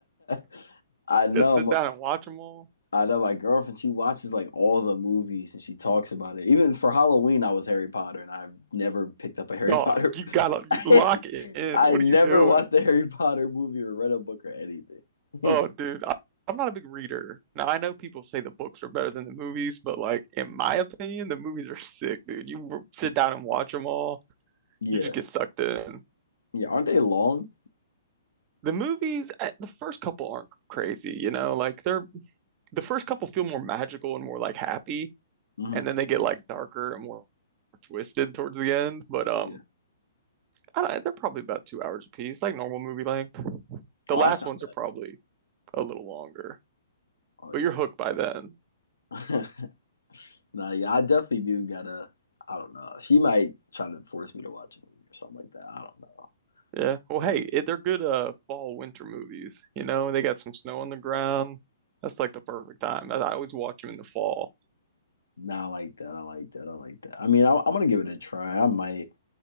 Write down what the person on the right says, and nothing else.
<laughs>
Just sit down and watch them all.
Dog,
you gotta
you lock it in.
What
are you doing?
Oh, dude, I, I'm not a big reader. Now, I know people say the books are better than the movies, but like in my opinion, the movies are sick, dude. You w- sit down and watch them all.
You just get sucked in.
The movies, uh, the first couple aren't crazy, you know, like they're the first couple feel more magical and more like happy.
and then they get like darker and more twisted towards the end. But um,
I don't, they're probably about two hours a piece, like normal movie length. The
last
ones
are probably a little longer,
but you're hooked by then.
Yeah. Well, hey,
it, they're good uh fall winter movies. You know, they got some snow on the ground. That's like the perfect time. I, I always watch them in the fall.